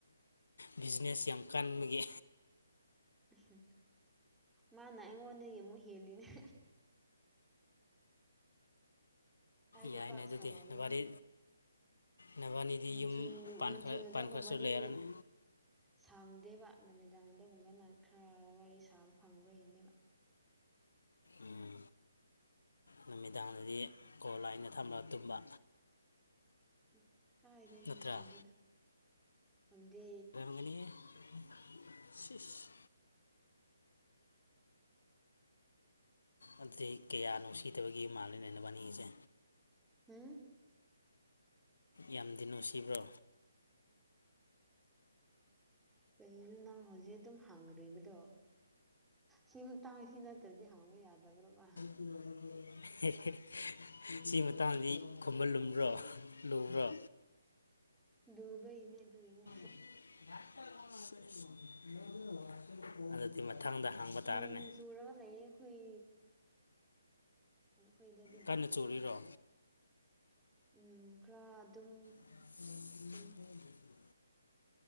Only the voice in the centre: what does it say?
ꯎꯝ ꯃꯥꯅ ꯑꯩꯉꯣꯟꯗꯒꯤ ꯑꯃꯨꯛ ꯍꯦꯜꯂꯤꯅꯦ <unintelligible> ꯑꯩꯗꯤ
ꯄꯥꯛ
ꯁꯥꯟꯅꯗꯦꯗ꯫
ꯅꯨꯡꯊꯤꯜ
ꯅꯨꯡꯊꯤꯜꯗꯒꯨꯝꯕꯗꯤ
ꯁꯥꯡꯗꯦꯕ ꯅꯨꯃꯤꯗꯥꯡꯗꯒꯨꯝꯕꯅ ꯈꯔ ꯋꯥꯔꯤ ꯁꯥꯕ ꯐꯪꯕ ꯍꯦꯜꯂꯦꯕ
ꯎꯝ ꯀꯥꯏꯗꯩꯅꯣ
ꯊꯝꯗꯦꯗ ꯊꯝꯗꯦ
<unintelligible>
ꯀꯩꯅꯣ ꯅꯪ ꯍꯧꯖꯤꯛ ꯑꯗꯨꯝ ꯍꯪꯈ꯭ꯔꯤꯕꯗꯣ ꯁꯤꯃꯇꯥꯡ ꯁꯤ ꯅꯠꯇ꯭ꯔꯗꯤ ꯍꯥꯡꯕ ꯌꯥꯗꯕ꯭ꯔꯕ
ꯌꯨꯕꯩꯅꯦ ꯑꯗꯨꯏꯅꯦ
ꯅꯣꯡ ꯆꯨꯔꯒ ꯂꯩꯌꯦ ꯑꯩꯈꯣꯏ ꯑꯩꯈꯣꯏꯗꯗꯤ
ꯍꯧꯖꯤꯛꯁꯦ
ꯎꯝ ꯈꯔ ꯑꯗꯨꯝ
ꯆꯨꯏ